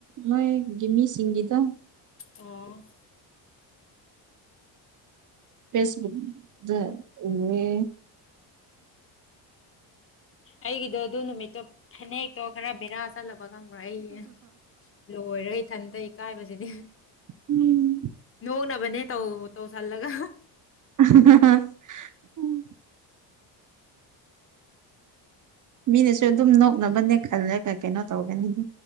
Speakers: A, on the right (about 45°); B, on the left (about 30°).
A: ꯅꯣꯏꯒꯤ ꯃꯤꯁꯤꯡꯒꯤꯗꯣ
B: ꯑꯣ
A: ꯐꯦꯁꯕꯨꯛꯗ ꯎꯋꯦ
B: ꯑꯩꯒꯤꯗꯣ ꯑꯗꯨ ꯅꯨꯃꯤꯠꯇꯣ ꯐꯅꯦꯛꯇꯣ ꯈꯔ ꯕꯦꯔꯥ ꯆꯠꯂ ꯕ ꯈꯪꯕ꯭ꯔꯥ ꯑꯩ ꯂꯣꯏꯔꯦ ꯏꯊꯟꯗ ꯢꯀꯥꯏꯕꯁꯤꯗꯤ
A: ꯎꯝ
B: <unintelligible> ꯅꯕꯅꯦ ꯇꯧ ꯇꯧꯁꯜꯂꯒ
A: <unintelligible> ꯃꯤꯅꯁꯨ ꯑꯗꯨꯝ ꯅꯣꯛꯅꯕꯅꯦ ꯈꯜꯂꯒ ꯀꯩꯅꯣ ꯇꯧꯒꯅꯤꯗꯤ